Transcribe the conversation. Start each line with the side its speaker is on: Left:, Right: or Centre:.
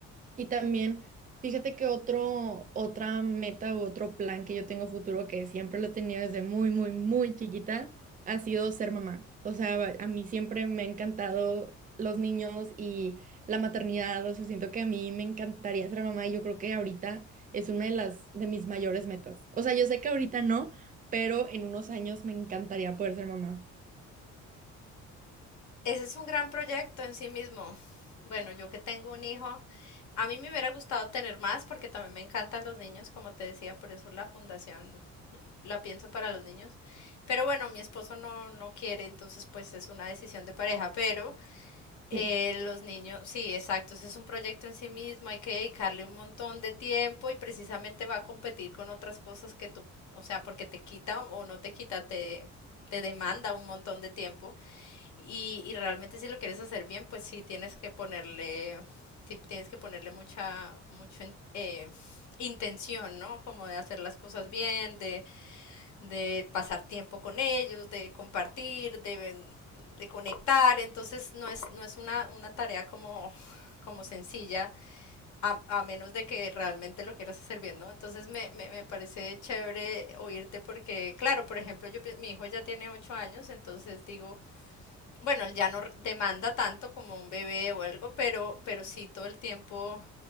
Right: Y también, fíjate que otro, otra meta u otro plan que yo tengo futuro, que siempre lo he tenido desde muy, muy, muy chiquita, ha sido ser mamá. O sea, va- a mí siempre me ha encantado los niños y la maternidad. O sea, siento que a mí me encantaría ser mamá y yo creo que ahorita es una de las, de mis mayores metas. O sea, yo sé que ahorita no, pero en unos años me encantaría poder ser mamá.
Left: Ese es un gran proyecto en sí mismo. Bueno, yo que tengo un hijo, a mí me hubiera gustado tener más porque también me encantan los niños, como te decía, por eso la fundación la pienso para los niños. Pero bueno, mi esposo no, no quiere, entonces pues es una decisión de pareja, pero eh,
Right: Sí.
Left: los niños, sí, exacto, ese es un proyecto en sí mismo, hay que dedicarle un montón de tiempo y precisamente va a competir con otras cosas que tú, o sea, porque te quita o no te quita, te, te demanda un montón de tiempo y, y realmente si lo quieres hacer bien, pues sí tienes que ponerle... sí Tienes que ponerle mucha, mucho, en- eh, intención, ¿no? Como de hacer las cosas bien, de, de pasar tiempo con ellos, de compartir, de, de conectar. Entonces no es, no es una, una tarea como, <laughs> como sencilla, a, a menos de que realmente lo quieras hacer bien, ¿no? Entonces me, me, me parece chévere oírte porque, claro, por ejemplo, yo, pienso- mi hijo ya tiene ocho años, entonces digo, bueno, él ya no r- demanda tanto como un bebé o algo, pero, pero sí todo el tiempo